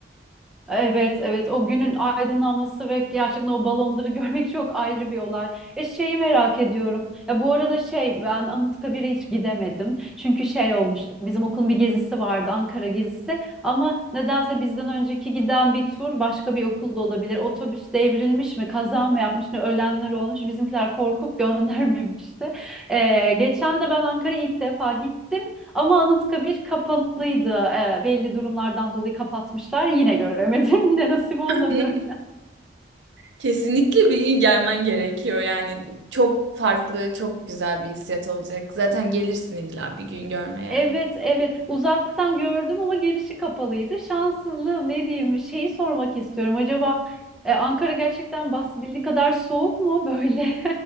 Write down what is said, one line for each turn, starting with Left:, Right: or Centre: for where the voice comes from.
Centre: Evet, evet. O günün aydınlanması ve gerçekten o balonları <laughs> görmek çok ayrı bir olay. E şeyi merak ediyorum. Ya bu arada şey ben Anıtkabir'e hiç gidemedim. Çünkü şey olmuştu. Bizim okulun bir gezisi vardı, Ankara gezisi. Ama nedense bizden önceki giden bir tur başka bir okulda olabilir. Otobüs devrilmiş mi, kaza mı yapmış ne ölenler olmuş. Bizimkiler korkup <laughs> göndermemişti. E, geçen de ben Ankara'ya ilk defa gittim. Ama Anıtkabir kapalıydı. Ee, belli durumlardan dolayı kapatmışlar. Yine göremedim. <laughs> Yine nasip olmadı.
Right: <laughs> Kesinlikle bir gün gelmen gerekiyor. Yani çok farklı, çok güzel bir hissiyat olacak. Zaten gelirsin illa bir gün görmeye.
Centre: Evet, evet. Uzaktan gördüm ama girişi kapalıydı. Şanssızlığım ne diyeyim? Şeyi sormak istiyorum. Acaba e, Ankara gerçekten bahsedildiği kadar soğuk mu böyle?